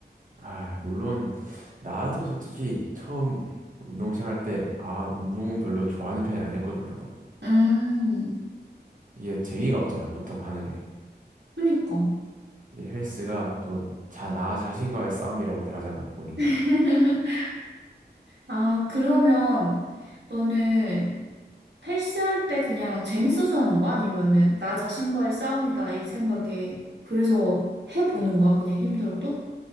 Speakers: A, on the right; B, on the right.
A: 아, 물론 나도 솔직히 처음 운동 시작할 때 아, 운동은 별로 좋아하는 편이 아니었거든 나도.
B: 음,
A: 이게 재미가 없잖아, 보통 하는 게.
B: 그니까.
A: 이제 헬스가 또 자, 나 자신과의 싸움이라고들 하잖아, 보니까.
B: <laughs> 아, 그러면 너는 헬스할 때 그냥 재밌어서 하는 거야? 아니면은 나 자신과의 싸움이다 이 생각에 그래서 해보는 거야? 그냥 힘들어도?